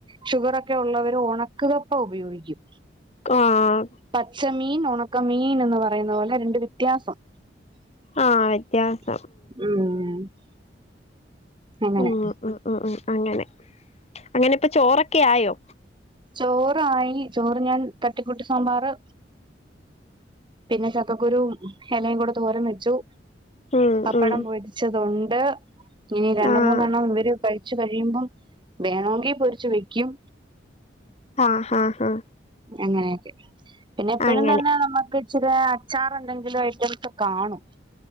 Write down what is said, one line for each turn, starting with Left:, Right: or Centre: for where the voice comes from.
Right: ഷുഗർൊക്കെ ഉള്ളവർ ഉണക്ക കപ്പ ഉപയോഗിക്കും
Left: ആഹ്
Right: പച്ച മീൻ ഉണക്ക മീൻ എന്ന് പറയുന്ന പോലെ രണ്ട് വ്യത്യാസം
Left: ആഹ് വെത്യാസം
Right: ഉം അങ്ങനെ
Left: ആഹ് ആഹ് അഹ് അങ്ങനെ അങ്ങനെ ഇപ്പൊ ചോറൊക്കെ ആയോ
Right: ചോറായി ചോറ് ഞാൻ തട്ടിക്കുട്ടി സാമ്പാറ് പിന്നെ ചക്കക്കുരുും ഇലയും കൂടെ തോരം വെച്ചു
Left: ഉം
Right: പപ്പടം
Left: ഉം
Right: പൊരിച്ചത് കൊണ്ട് ണ്ട് ഇനി രണ്ട്
Left: ആഹ്
Right: മൂന്നെണ്ണം ഇവര്ഴ <unintelligible> കഴിയുമ്പം വേണമങ്കിൽ പൊരിച്ച് വെക്കും
Left: ആഹ് ഹഹ ഹഹ
Right: അങ്ങനെയൊക്കെ പിന്നെ എപ്പോഴും
Left: അങ്ങനെ
Right: തന്നെ നമ്മുക്ക് ഇച്ചിരെയെ അച്ചാർ എന്തെങ്കിലും ഐറ്റംസ് കാണും